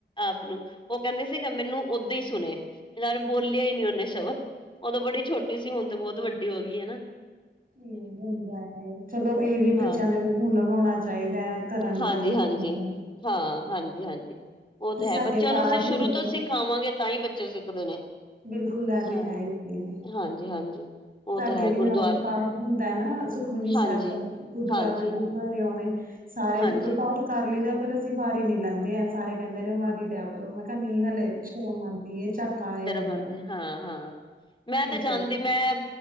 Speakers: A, on the left; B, on the right.
A: ਆਪ ਨੂੰ ਉਹ ਕਹਿੰਦੀ ਸੀ ਮੈਨੂੰ ਉਦਾਂ ਹੀ ਸੁਣੇ ਯਾਰ ਬੋਲਿਆ ਹੀ ਨੀ ਉਹਨੇ ਸ਼ਬਦ ਉਦੋਂ ਬੜੀ ਛੋਟੀ ਸੀ, ਹੁਣ ਤੇ ਬਹੁਤ ਵੱਡੀ ਹੋ ਗਈ ਹੈਨਾ
B: ਇਹ ਹੁੰਦਾ ਹੈ, ਚਲੋ ਇਹ ਵੀ
A: ਹਾਂ
B: ਬੱਚਿਆਂ ਦੇ ਵਿੱਚ ਹੁਨਰ ਹੋਣਾ ਚਾਹੀਦਾ ਹੈ। ਕਰਨ
A: ਹਾਂਜੀ
B: ਦਾ ਜਾਂ
A: ਹਾਂਜੀ
B: ਹੋਣ ਦਾ,
A: ਹਾਂ, ਹਾਂਜੀ, ਹਾਂਜੀ ਉਹ
B: ਤੇ
A: ਤਾਂ
B: ਸਾਡੇ
A: ਹੈ, ਬੱਚਿਆਂ
B: ਪਾਠ
A: ਨੂੰ ਅਸੀਂ
B: ਹੁੰਦਾ
A: ਸ਼ੁਰੂ ਤੋਂ
B: ਨਾ
A: ਸਿਖਾਵਾਂਗੇ। ਤਾਂਹੀ, ਬੱਚੇ ਸਿੱਖਦੇ ਨੇ
B: ਬਿਲਕੁਲ, ਐ
A: ਹਾਂ
B: ਤੇ ਹੈ ਹੀ ਏ
A: ਹਾਂਜੀ ਹਾਂਜੀ ਉਹ
B: ਸਾਡੇ
A: ਤਾਂ ਹੈ
B: ਵੀ
A: ਗੁਰਦੁਆਰੇ
B: ਨਾਲ
A: ਵੀ
B: ਪਾਠ ਹੁੰਦਾ ਨਾ, ਸੁਖਮਨੀ
A: ਹਾਂਜੀ
B: ਸਾਹਿਬ ਦਾ ਬੁੱਧਵਾਰ
A: ਹਾਂਜੀ
B: ਦੇ ਬੁੱਧਵਾਰ ਉਵੇਂ ਸਾਰੇ
A: ਹਾਂਜੀ,
B: ਮਤਲਬ ਪਾਠ ਕਰ ਲਈਦਾ, ਪਰ ਅਸੀਂ ਵਾਰੀ ਨੀ ਲੈਂਦੇ ਆ, ਸਾਰੇ ਕਹਿੰਦੇ ਨੇ ਵਾਰੀ ਲਿਆ ਮੈਂ ਕਿਹਾ ਨੀ ਹਲੇ ਸ਼ਰਮ ਆਂਦੀ ਇਹ ਚਾਕਾ ਏ। ਆਉਂਦਾ
A: ਹਾਂਜੀ ਹਾਂ, ਹਾਂ, ਮੈਂ
B: ਇਹ
A: ਤੇ
B: ਚੀਜ਼
A: ਜਾਂਦੀ ਮੈਂ